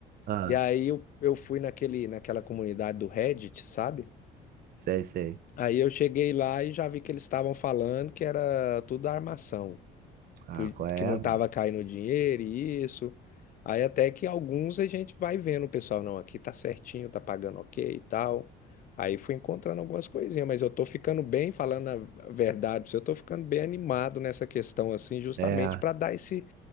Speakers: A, on the right; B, on the left.
A: Ah,
B: e aí eu, eu fui naquele, naquela comunidade do Reddit, sabe?
A: sei, sei.
B: Aí eu cheguei lá e já vi que eles estavam falando que era tudo armação
A: Ah,
B: que,
A: qual é,
B: que não estava
A: mano?
B: caindo dinheiro e isso. Aí até que alguns a gente vai vendo, o pessoal, não, aqui tá certinho, tá pagando ok e tal. Aí fui encontrando algumas coisinhas, mas eu tô ficando bem, falando a verdade, pra você, eu tô ficando bem animado nessa questão assim, justamente
A: É,
B: para dar esse,